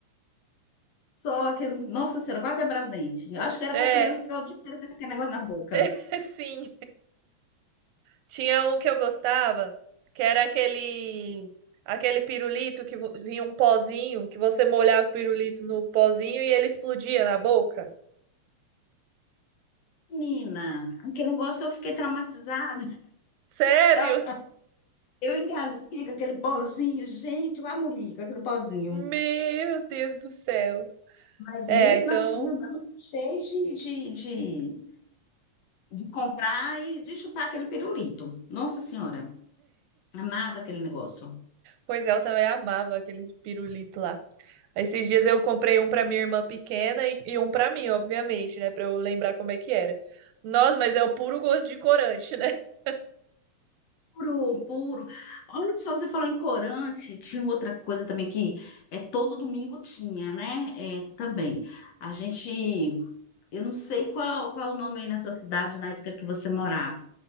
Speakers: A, on the left; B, on the right.
A: Só que, nossa senhora, quase quebrava o dente. Eu acho que era
B: É,
A: para criança ficar o dia inteiro com aquele negócio na boca.
B: <laughs> sim. Tinha um que eu gostava, que era aquele aquele pirulito que vo- vinha um pozinho, que você molhava o pirulito no pozinho e ele explodia na boca.
A: Menina, aquele negócio eu fiquei traumatizada.
B: Sério?
A: <laughs> Eu engasguei com aquele pozinho, gente, eu quase morri com aquele pozinho.
B: Meu Deus do céu.
A: Mas
B: É,
A: mesmo
B: então,
A: assim, eu não deixei de, de, de, de comprar e de chupar aquele pirulito. Nossa senhora, amava aquele negócio.
B: pois é, eu também amava aquele pirulito lá. Esses dias eu comprei um pra minha irmã pequena e, e um pra mim, obviamente, né, Pra eu lembrar como é que era. Nossa, mas é o puro gosto de corante, né? <laughs>
A: Puro, puro. Olha só, você falou em corante, tinha outra coisa também que é, todo domingo tinha, né? É, também.
B: Hum.
A: A gente Eu não sei qual, qual o nome aí na sua cidade na época que você morava.